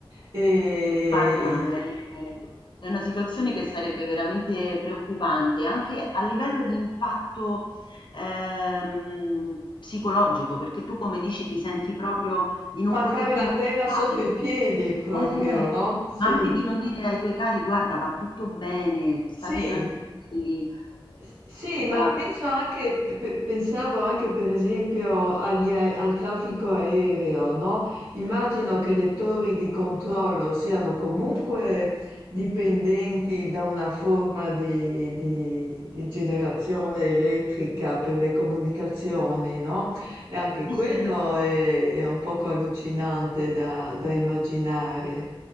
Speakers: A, on the right; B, on the left.
A: E,
B: Guarda, è è una situazione che sarebbe veramente preoccupante anche a livello di impatto ehm, psicologico, perché tu, come dici, ti senti proprio di non
A: Mancare
B: poter comunicare.
A: la terra sotto i piedi proprio,
B: Eh,
A: no, sì.
B: ma anche di non dire ai tuoi cari, guarda, va tutto bene, state
A: Sì.
B: tranquilli. Eh,
A: S sì,
B: Esatto.
A: ma penso anche pe pensavo anche per esempio agli ae al traffico aereo, no, immagino che le torri di controllo siano comunque dipendenti da una forma di di di generazione elettrica per le comunicazioni, no, e anche
B: Sì,
A: quello
B: sì.
A: è è un poco allucinante da da immaginare.